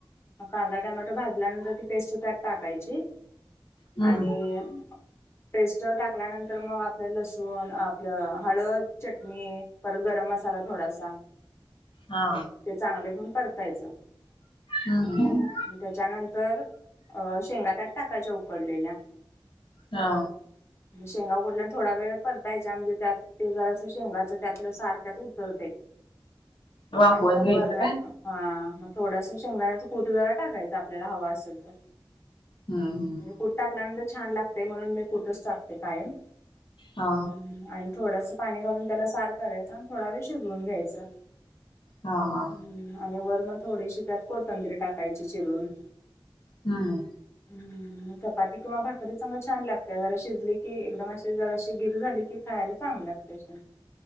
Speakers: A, on the left (about 30°); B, on the left (about 70°).
A: मग कांदा टमॅटो भाजल्यानंतर ती पेस्ट त्यात टाकायची
B: हम्म
A: आणि पेस्ट टाकल्यानंतर मग आपलं लसूण आपलं हळद चटणी परत गरम मसाला थोडासा
B: हा
A: ते चांगलं घेऊन परतायचं
B: हम्म
A: त्याच्यानंतर अ शेंगात्यात टाकायच्या उकडलेल्या
B: हा
A: शेंगा उकडल्यानंतर थोडा वेळ परतायच्या म्हणजे त्यात ते जरा शेंगाच त्यातलं सार त्यात उतरत
B: वाफवून
A: आणि मग
B: घ्यायचं
A: वरन
B: काय
A: हा मग थोडस शेंगदाण्याचा कूट जरा टाकायच आपल्याला हवा असेल तर
B: हम्, हम
A: म्हणजे कुठ टाकल्यानंतर छान लागते म्हणून मी कुठच टाकते कायम
B: हा
A: हम आणि थोडंस पाणी घालून त्याला सार करायचं आणि थोडा वेळ शिजवून घ्यायचं
B: हा, हा
A: ह् आणि वर मग थोडीशी त्यात कोथंबीरी टाकायची चिरून
B: हम
A: हम् चपाती किंवा भाकरी संग छान लागते जरा शिजली की एकदम असे जराशी गिर झाली की खायला चांगली लागत्या तेशन